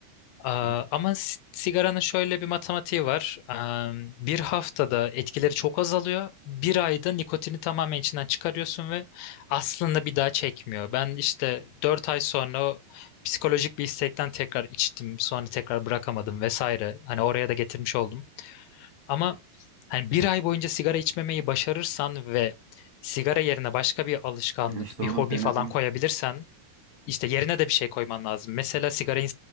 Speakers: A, on the left; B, on the right.
A: Aa,
B: Hı hı.
A: Ama si- sigaranın şöyle bir matematiği var. Am, Bir haftada etkileri çok azalıyor. Bir ayda nikotini tamamen içinden çıkarıyorsun ve aslında bir daha çekmiyor. Ben işte 4 ay sonra o psikolojik bir istekten tekrar içtim. Sonra tekrar bırakamadım vesaire. Hani oraya da getirmiş oldum. Ama hani bir ay boyunca sigara içmemeyi başarırsan ve sigara yerine başka bir alışkanlık,
B: Yani işte
A: bir
B: onu
A: hobi
B: denedim.
A: falan koyabilirsen işte yerine de bir şey koyman lazım. Mesela sigarayı